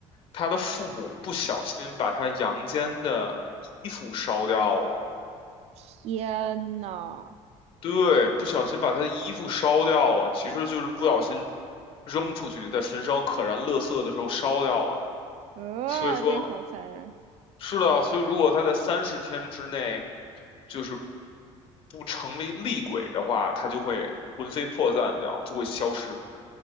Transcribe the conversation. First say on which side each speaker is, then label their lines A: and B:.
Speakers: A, on the left; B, on the right.
A: 他的父母不小心把他阳间的衣服烧掉了，
B: 天呐，
A: 对，不小心把他的衣服烧掉了，其实就是不小心扔出去，在焚烧可燃垃圾的时候烧掉了，
B: 呃，
A: 所以说
B: 这个好残忍。
A: 是的，所以如果他在三十天之内就是不成为厉鬼的话，他就会魂飞魄散掉，就会消失。